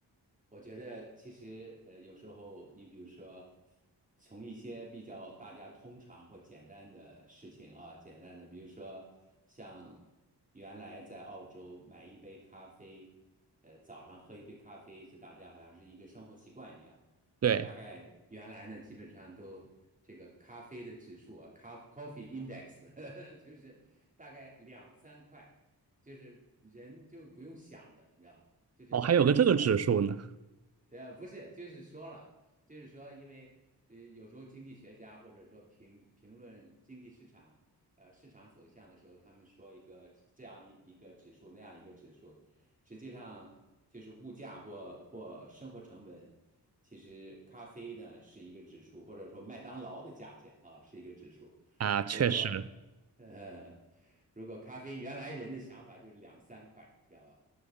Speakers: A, on the right; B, on the right.
A: 我觉得其实呃，有时候你比如说，从一些比较大家通常或简单的事情啊，简单的，比如说像原来在澳洲买一杯咖啡，呃，早上喝一杯咖啡是大家好像是一个生活习惯一样。
B: 对，
A: 大概原来呢，基本上都这个咖啡的指数啊，咖 coffee index <laughs> 就是大概两三块，就是人就不用想的，你知道。就是两三块一
B: 哦，还有个这个指数呢。
A: 对呃，不是，就是说了，就是说，因为呃，有时候经济学家或者说评评论经济市场，呃，市场走向的时候，他们说一个这样一一个指数，那样一个指数，实际上就是物价或或生活成本。其实咖啡呢是一个指数，或者说麦当劳的价钱啊是一个指数。
B: 啊，确实。
A: 如果呃，如果咖啡原来人的想法就是两三块，知道吧？